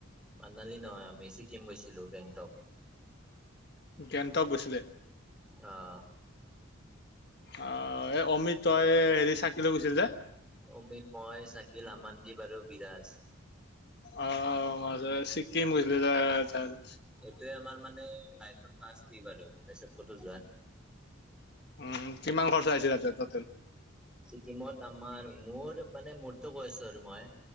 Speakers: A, in the centre; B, on the left.
A: মানালী নহয় আমি ছিকিম গৈছিলোঁ গেংটক।
B: গেনটক গৈছিলে।
A: আহ
B: অ, এই অমিত তই হেৰি চাকিলৈ গৈছিল যে?
A: অমিত মই চাকিল আমানদ্বীপ আৰু বিৰাছ।
B: অ', মাজে চিক্কিম গৈছিলি তই যা যা।
A: সেইটোয়ে আমাৰ মানে লাইফত ফাৰ্ষ্ট ট্ৰিপ আৰু তাৰপিছত কটো
B: উম, কিমান খৰ্চা আহিছি তাতে টটেল?
A: ছিকিমত আমাৰ মোৰ মানে মনটো কৈ আছো আৰু মই।